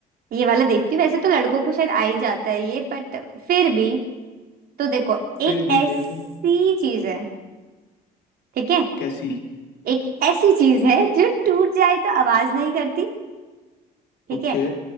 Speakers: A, on the right; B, on the left.
A: ये वाला देखती हूँ वैसे तो लड़कों को शायद आ ही जाता है ये बट फिर भी तो देखो एक
B: फिर भी
A: ऐसी
B: देखो
A: चीज है ठीक है
B: कैसी
A: एक ऐसी चीज है जो टूट जाए तो आवाज नहीं करती ठीक
B: ओके
A: है